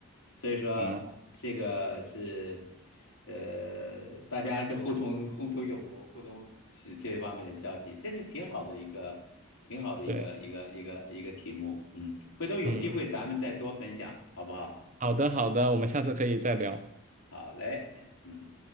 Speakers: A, on the left; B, on the right.
A: 所以说这个是，
B: 啊，
A: 呃，大家就互通互通有无，互通是这方面的消息，这是挺好的一个，挺好的一个一个一个一个题目。
B: 对，
A: 嗯，回头有机会咱们再多分享，
B: 嗯。
A: 好不好？
B: 好的，好的，我们下次可以再聊。
A: 好嘞，嗯。